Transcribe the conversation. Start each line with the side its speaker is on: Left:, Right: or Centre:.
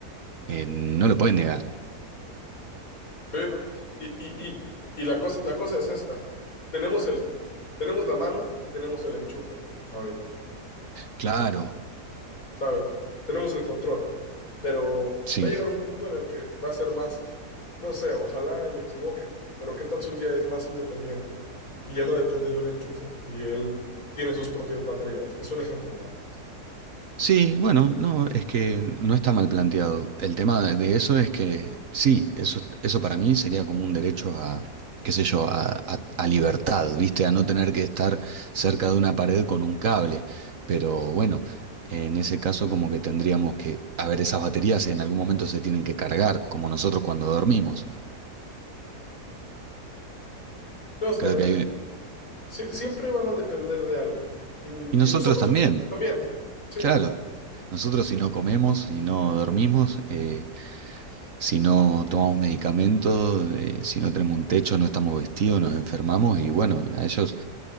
Right: eh, no lo puede negar.
Left: Sí, ¿no? Y, y, y, y la cosa, la cosa es esta. Tenemos el, tenemos la mano y tenemos el enchufe ahorita,
Right: Claro,
Left: ¿sabes? Tenemos el control, pero
Right: sí.
Left: va a llegar un punto en el que va a ser más, no sé, ojalá y me equivoque, pero ¿qué tal si un día es más independiente y ya no depende de un enchufe y él tiene sus propias baterías? Es un ejemplo nada más.
Right: Sí, bueno, no, es que no está mal planteado. El tema de de eso es que sí, eso, eso para mí sería como un derecho a, qué sé yo, a, a- a libertad, ¿viste? A no tener que estar cerca de una pared con un cable. Pero bueno, en ese caso como que tendríamos que, a ver, esas baterías en algún momento se tienen que cargar, como nosotros cuando dormimos.
Left: No sé,
Right: Creo
Left: en-
Right: que hay...
Left: si- siempre van a depender de algo y, y
Right: Y nosotros
Left: nosotros
Right: también,
Left: también, sí.
Right: claro. Nosotros si no comemos, si no dormimos, eh, Si no tomamos medicamentos, eh, si no tenemos un techo, no estamos vestidos, nos enfermamos y bueno, a ellos,